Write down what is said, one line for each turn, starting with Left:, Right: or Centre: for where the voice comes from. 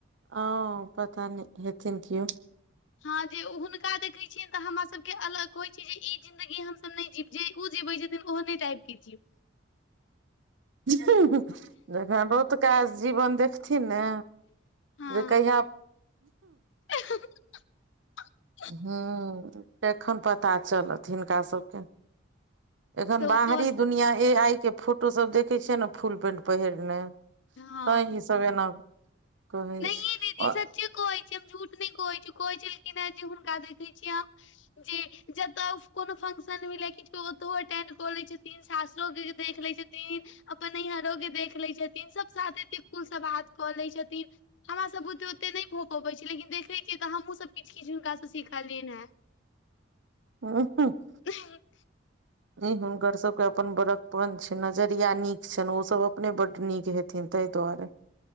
Right: औउ पता नै हेथिन कियो
Left: हाँ जे हुँनका देखे छियैन तऽ हमरा सब के अलग कोहइ छियै जे इ जिंदगी हम सब नै जीब जे ओ जीबै छथिन ओहने ने टाइप के जीब
Right: हह एखन बहुत काज जीबन देख छथिन ने
Left: हँ
Right: जे कहिया
Left: <inaudible>
Right: हूँ तेखन पता चलत हिनका सबके एखन
Left: सब
Right: बाहरी
Left: कह
Right: दुनियाँ ए आइ के फोटोसब देखै छय ने फूल पेंट पहिरने
Left: हँ
Right: तै ई सब एना कहै
Left: नहिये
Right: छै
Left: दीदी सच्चे कहै छी हम झूठ नै कहै छी कहै छलखिन है जे हुनका देखै छियै आहाँ जे जत कोनो फंक्शन भेलै किछ ओत अटेंड क लै छथिन सासुरो के जे देख लै छथिन अपन नैइहरो के देख लै छथिन सब साथे एते कूल सं बात क लै छथिन। हमरा सब बुते ओते नै भ पबै छै लेकिन देखै छियै त हमहुं सब किछु किछु हुनका सं सिखलियैन हेँ।
Right: ओ <unintelligible>
Left: <unintelligible>
Right: ई हुनकर सबके अपन बर प्पन छनि। नजरिया नीक छनि, ओ सब अपने बड्ड नीक हेथिन तै दुआरे।